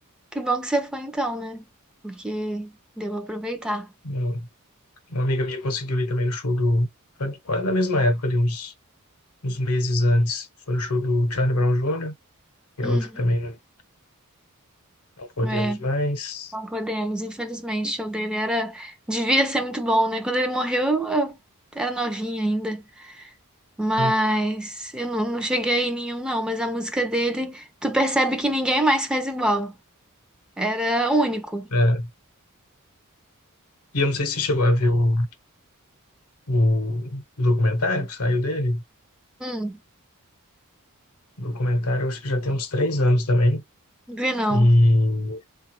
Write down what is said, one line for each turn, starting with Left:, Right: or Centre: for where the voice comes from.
Centre: Que bom que você foi então, né? Porque deu aproveitar.
Left: Uma uma amiga minha conseguiu ir também no show do... Quase na mesma época, ali, uns uns meses antes foi o show do Charlie Brown Jr., que
Centre: Uhum.
Left: é outro que também não, não podemos
Centre: É,
Left: mais.
Centre: não podemos, infelizmente. O show dele era. Devia ser muito bom, né? Quando ele morreu, eu, eu era novinha ainda. Mas
Left: Hum,
Centre: eu não, não cheguei em nenhum, não. Mas a música dele, tu percebe que ninguém mais faz igual. Era único.
Left: é. E eu não sei se você chegou a ver o, o documentário que saiu dele.
Centre: Hum.
Left: O documentário eu acho que já tem uns três anos também.
Centre: Vinão.
Left: E o